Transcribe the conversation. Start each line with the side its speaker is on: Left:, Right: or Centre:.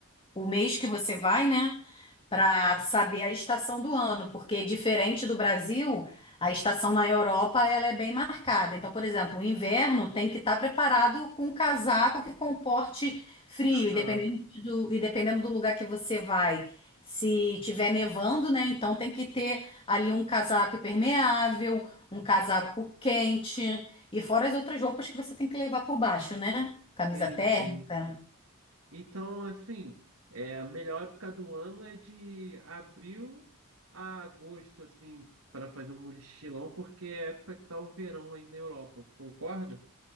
Left: o mês que você vai, né? para saber a estação do ano, porque diferente do Brasil, a estação na Europa ela é bem marcada. Então, por exemplo, o inverno tem que estar preparado com um casaco que comporte frio,
Right: Aham,
Left: e dependendo do, e dependendo do lugar que você vai. Se tiver nevando, né? Então tem que ter ali um casaco impermeável, um casaco quente, e fora as outras roupas que você tem que levar por baixo, né? Camisa
Right: entendi.
Left: térmica.
Right: Então, assim, é, a melhor época do ano é de abril a agosto, assim, para fazer um mochilão, porque é a época que tá o verão aí na Europa. Concorda?